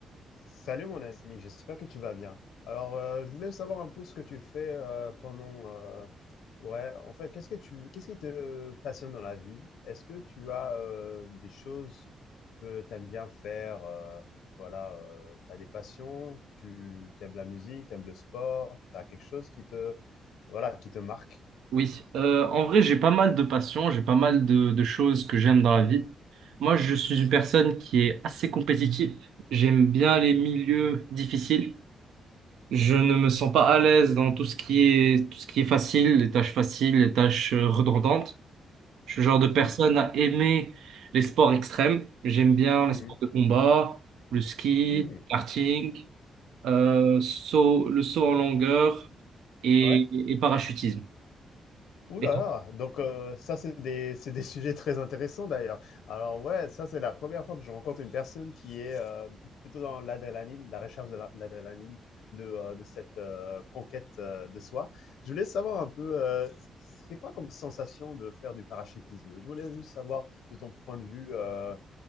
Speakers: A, on the left; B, on the right.
A: Salut mon ami, j'espère que tu vas bien. Alors, euh, je voulais savoir un peu ce que tu fais euh, pendant... euh, ouais, en fait, qu'est-ce que tu, qu'est-ce qui te passionne dans la vie? Est-ce que tu as euh, des choses que tu aimes bien faire? euh, voilà, euh, tu as des passions, tu, tu aimes la musique, tu aimes le sport, tu as quelque chose qui te, voilà, qui te marque?
B: Oui, Euh, en vrai, j'ai pas mal de passions, j'ai pas mal de, de choses que j'aime dans la vie. Moi, je suis une personne qui est assez compétitive. J'aime bien les milieux difficiles. Je ne me sens pas à l'aise dans tout ce qui est, tout ce qui est facile, les tâches faciles, les tâches euh, redondantes. Je suis le genre de personne
A: Mhm,
B: à aimer les sports extrêmes. J'aime bien
A: mhm,
B: les sports de combat, le ski,
A: mhm.
B: karting, euh, saut, le saut en longueur et,
A: Ouais.
B: et, et parachutisme.
A: Ouh
B: Et
A: là
B: toi?
A: là, donc heu, ça c'est des c'est des <laughs> sujets très intéressants d'ailleurs. Alors ouais, ça c'est la première fois que je rencontre une personne qui est, heu, plutôt dans l'adrénaline, la recherche de la l'adrénaline de, heu, de cette, heu, conquête, heu, de soi. Je voulais savoir un peu, heu, c'est quoi comme sensation de faire du parachutisme? Je voulais juste savoir de ton point de vue, euh,